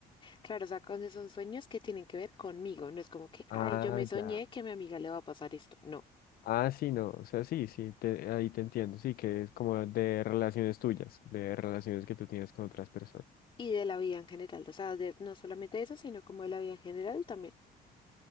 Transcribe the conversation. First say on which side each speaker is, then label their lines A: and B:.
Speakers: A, on the left; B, on the left.
A: Claro, o sea, cuando son sueños que tienen que ver conmigo, no es como que,
B: Ah,
A: ay, yo me soñé
B: ya.
A: que a mi amiga le va a pasar esto. No.
B: Ah, sí, no. O sea, sí, sí, te- ahí te entiendo. Sí, que es como de relaciones tuyas, de relaciones que tú tienes con otras personas.
A: Y de la vida en general, o sea, de, no solamente eso, sino como de la vida en general también.